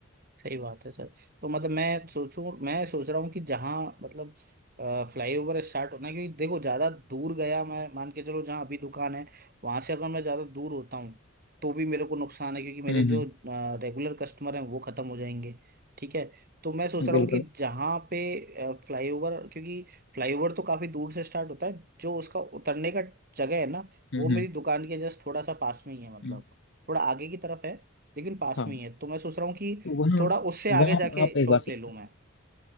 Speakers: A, on the right; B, on the left.
A: सही बात है सर तो मतलब मैं सोचूं मैं सोच रहा हूँ कि जहाँ मतलब फ्लाईओवर स्टार्ट होना है क्योंकि देखो ज्यादा दूर गया मैं मान के चलो जहाँ अभी दुकान है वहां से अगर मैं ज्यादा दूर होता हूँ तो भी मेरे को नुकसान है क्योंकि मेरे
B: हम्म
A: जो रेगुलर कस्टमर हैं वो खत्म हो जाएंगे ठीक है तो मैं सोच
B: हम्म
A: रहा
B: बिल्कुल
A: हूँ कि जहाँ पे फ्लाईओवर क्योंकि फ्लाईओवर तो काफी दूर से स्टार्ट होता है जो उसका उतरने का जगह है ना
B: हम्म
A: वो मेरी
B: हम्म
A: दुकान के जस्ट थोड़ा सा पास में ही है मतलब
B: हम्म।
A: थोड़ा आगे की तरफ है लेकिन पास
B: हाँ
A: में ही है तो मैं सोच रहा हूँ कि
B: तो वहाँ
A: थोड़ा उससे आगे
B: वहाँ
A: जाके
B: आप
A: शॉप
B: एक बार से
A: ले लूँ मैं